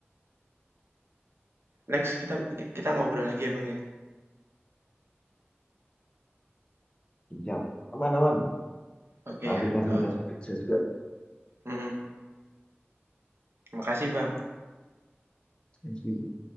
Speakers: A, on the right; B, on the left.
A: Next kita kita ngobrol lagi ya Bang ya?
B: siap aman aman
A: Oke
B: lanjut
A: ya,
B: lanjut
A: eee,
B: lanjut kerja juga
A: mhm, makasih Bang.
B: thank you